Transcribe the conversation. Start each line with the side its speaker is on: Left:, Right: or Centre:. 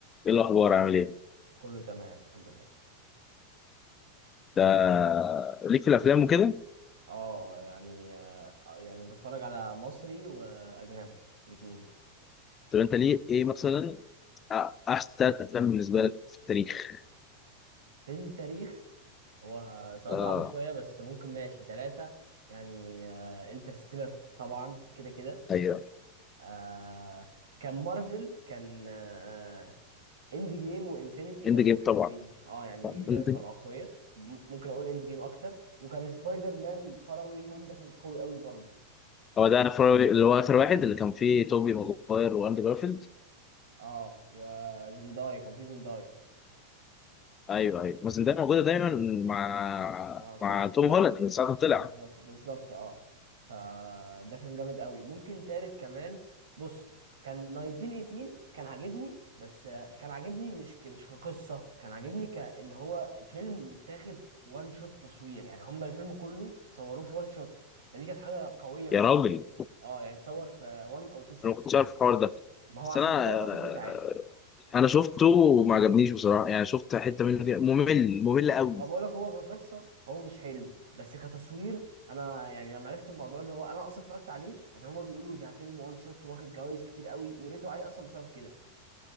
Left: ايه الاخبار عامل ايه
Right: كله تمام الحمد لله
Left: ده
Right: إيه؟
Left: ليك في الافلام وكده
Right: اه يعني آه يعني بتفرج على مصري واجنبي الاثنين
Left: طب انت ليه ايه مثلا أ- احسن ثلاث افلام بالنسبه لك في التاريخ
Right: في التاريخ هو سؤال
Left: اه
Right: صعب شويه بس ممكن ماشي ثلاثه يعني آه انترستيلر طبعا كده كده
Left: ايوه
Right: آه كان مارفل كان آه اند جيم وانفينيتي كانوا
Left: اند جيم
Right: حلوين
Left: طبعا
Right: اه يعني
Left: End
Right: كانوا
Left: Game.
Right: اقوياء م- ممكن اقول اند جيم اكتر وكان سبايدر مان فروي هوم ده كان قوي قوي برضه
Left: هو ده آخر- اللي هو اخر واحد اللي كان فيه توبي ماجواير واندرو جارفيلد
Right: اه وزندايا كان في زندايا
Left: ايوه ايوه بس ده موجوده دايما مع
Right: مع توم
Left: مع توم هولاند من ساعه ما طلع
Right: بالظبط بالظبط اه فده كان جامد قوي ممكن تالت كمان بص كان 1918 كان عاجبني بس آه، كان عاجبني مش ك- مش كقصة كان عاجبني كأن هو فيلم متاخد وان شوت تصوير يعني هما الفيلم كله صوروه في وان شوت فدي كانت حاجة قوية بالنسبة
Left: يا راجل
Right: لي اه يعني اتصور في وان او تو شوتس
Left: انا ما كنتش عارف الحوار ده
Right: ما هو
Left: بس
Right: عشان
Left: انا
Right: كده واخد
Left: آه،
Right: ريت عالي
Left: انا شفته وما عجبنيش بصراحه يعني شفت حته منه كده ممل ممل قوي
Right: ما بقول لك هو كقصه هو مش حلو بس كتصوير انا يعني لما عرفت الموضوع اللي هو انا اصلا اتفرجت عليه عشان هما بيقولوا ده فيلم وان شوت واخد جوائز كتير قوي وريته عليه اصلا بسبب كده